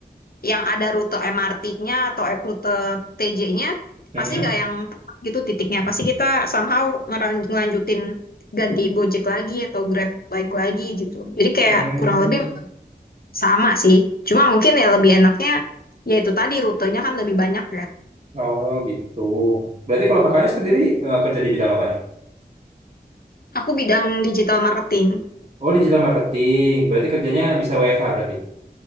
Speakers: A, on the left (about 60°); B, on the right (about 40°).
A: yang ada rute MRT-nya atau eh, rute TJ-nya
B: Hmm.
A: pasti nggak yang tepat gitu titiknya pasti kita somehow ngeran- ngelanjutin ganti Gojek lagi atau Grab bike lagi gitu jadi kayak
B: Hmm.
A: kurang lebih sama sih cuma mungkin ya lebih enaknya ya itu tadi rutenya kan lebih banyak ya
B: Oh gitu. Berarti kalau kakaknya sendiri eh, kerja di bidang apa nih?
A: aku bidang digital marketing
B: Oh digital marketing. Berarti kerjanya bisa WFH berarti